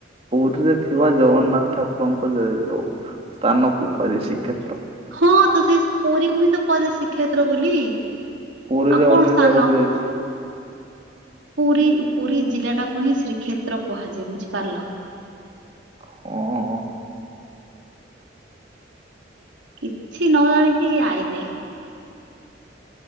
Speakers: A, on the right; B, on the right.
A: ବୌଧରେ ଥିବା ଜଗନ୍ନାଥ ଠାକୁରଙ୍କ ଯୋଉ ସ୍ଥାନକୁ କୁହାଯାଏ ଶ୍ରୀକ୍ଷେତ୍ର।
B: ହଁ ତ ସେ ପୁରୀ ପୁଣି ତ କୁହାଯାଏ ଶ୍ରୀକ୍ଷେତ୍ର ବୋଲି
A: ପୁରୀରେ
B: ଆଉ କଣ
A: ଅନ୍ୟ
B: ସ୍ଥାନ
A: ଜାଗା ବି ଅଛି
B: ପୁରୀ ପୁରୀ ଜିଲ୍ଲା ଟାକୁ ହିଁ ଶ୍ରୀକ୍ଷେତ୍ର କୁହାଯାଏ ବୁଝିପାରଲ।
A: ହଁ।
B: କିଛି ନ ଜାଣିକି ଆଇଲେ